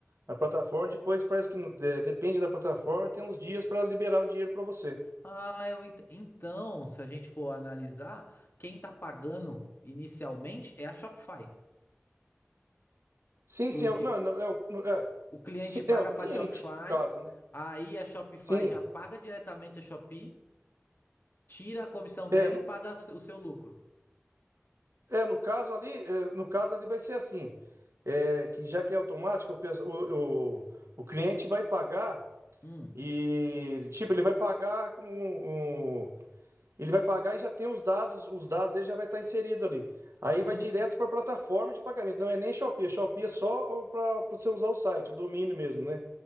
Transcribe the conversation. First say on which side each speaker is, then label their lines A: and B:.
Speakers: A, on the right (about 80°); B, on the left (about 50°).
A: na plataforma. Depois parece que não- de- depende da plataforma, tem uns dias para liberar o dinheiro para você.
B: Ah, eu ent- então, se a gente for analisar, quem tá pagando inicialmente é a Shopify.
A: Sim,
B: Porque
A: sim, é, o- não, não, é, o, no- é,
B: O cliente
A: sim,
B: paga
A: é o cliente
B: para a Shopify,
A: no caso, né?
B: aí a Shopify
A: Sim,
B: já paga diretamente a Shopee, tira a comissão dela
A: é no,
B: e paga o seu o seu lucro.
A: é no caso ali, é, no caso ali vai ser assim, é, que já que é automático, o, pesso- o, o, o cliente vai pagar
B: Hum.
A: e tipo ele vai pagar com Ele vai pagar e já tem os dados, os dados ele já vai estar inserido ali. Aí
B: Uhum.
A: vai direto para a plataforma de pagamento. Não é nem Shopee, é Shopee é só para você usar o site, o domínio mesmo, né?